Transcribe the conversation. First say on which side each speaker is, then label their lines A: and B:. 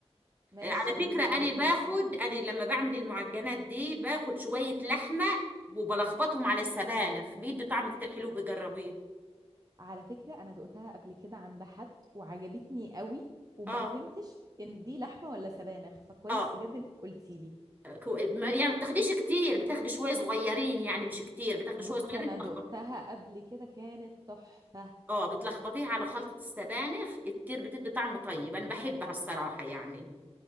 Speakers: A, on the right; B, on the right.
A: ماشي
B: آه، على
A: قولي
B: فكرة
A: لي
B: أنا
A: طريقة
B: باخد
A: اللحمة
B: أنا لما بعمل المعجنات دي باخد شوية لحمة وبلخبطهم على السبانخ بيدي طعم كتير حلو بجربيه
A: على فكرة انا دقتها قبل كده عند حد وعجبتني قوي وما
B: اه
A: فهمتش ان دي لحمة ولا سبانخ فكويس
B: اه
A: بجد انك قلتي لي
B: كو- ما- يعني ما بتاخديش كتير بتاخدي شوية صغيرين يعني مش كتير بتاخدي
A: بصي
B: شوية صغيرين
A: انا
B: تلخبطي
A: دقتها قبل كده كانت تحفة
B: اه بتلخبطيها على خلطة السبانخ كتير بتدي طعم طيب أنا بحبها الصراحة يعني